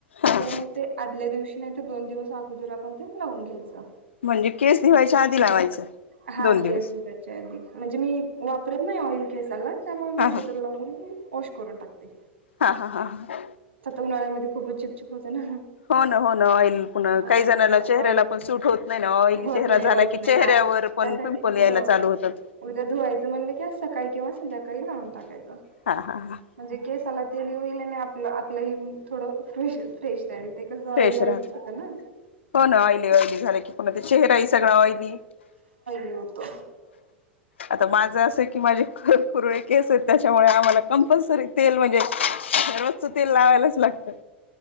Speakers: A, on the left; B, on the right.
A: हा
B: तर मग ते आदल्या दिवशी नाही तर दोन दिवस अगोदर आपण ते लावून घ्यायचं.
A: म्हणजे केस धुवायच्या आधी लावायचं.
B: हा
A: दोन दिवस
B: केस धुवायच्या आदि म्हणजे मी वापरत नाही ऑइल केसाला त्यामुळं मी
A: हा
B: अगोदर
A: हा
B: लावुन वाँश करुन टाकते.
A: हा हा हा हा
B: उन्हाळ्यामध्ये खूपच चिपचिप होतं ना
A: हो ना हो ना आँईल पुन्हा
B: हा
A: काही जणाना चेहऱ्याला
B: ऑइल
A: पण सूट होत नाही ना
B: होत
A: चेहरा
B: नाही
A: आँयली
B: होत
A: झाला की
B: नाही
A: चेहऱ्यावर
B: हा
A: पण
B: त्यासाठी
A: पिंपल यायला
B: हो
A: चालू होतात.
B: उद्या धुवायच म्हटलं की अस सकाळी किंवा संध्याकाळी लावून टाकायचं
A: हा हा हा
B: म्हणजे केसांना तेल ही होईल आपलं आपलं ह थोड फ्रेश फ्रेश राहील ते कस
A: फ्रेश
B: ऑईली ऑइलीच
A: राहत
B: होत ना
A: हो ना आँइली-आँइली झाले की पुन्हा ते चेहराही सगळा आँईली.
B: होतं
A: आता माझं असं की माझे खरंच कुरळे केस आहेत, त्याच्यामुळे आम्हाला कंपल्सरी तेल म्हणजे रोजचं तेल लावायलाच लागतं.